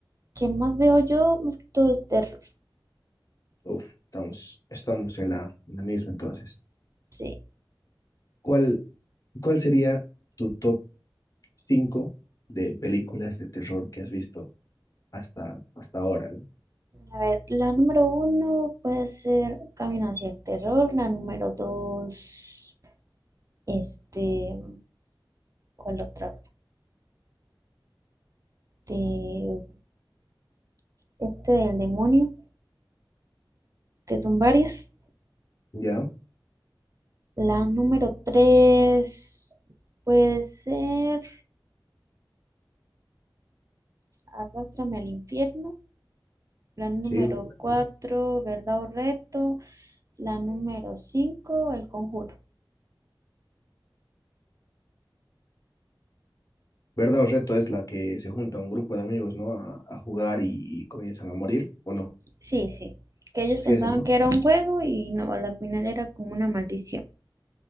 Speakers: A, on the right (about 40°); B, on the left (about 45°).
A: ¿Qué más veo yo? Más que todo es terror.
B: Uf, estamos, estamos en la, en la misma entonces.
A: Sí.
B: ¿Cuál, cuál sería tu top 5 de películas de terror que has visto hasta, hasta ahora, ¿no?
A: A ver, la número uno puede ser Camino hacia el terror. La número dos, este, ¿cuál otra? De, este del demonio, que son varias.
B: ¿Ya?
A: La número tres puede ser Arrástrame al infierno. La número
B: Sí, muy bueno.
A: cuatro, verdad o reto. La número cinco, el conjuro.
B: Verdad o reto es la que se junta un grupo de amigos, ¿no? A, a jugar y, y comienzan a morir, ¿o no?
A: Sí, sí. Que ellos
B: Sí,
A: pensaban
B: esa es, ¿no?
A: que era un juego y no, a la final era como una maldición.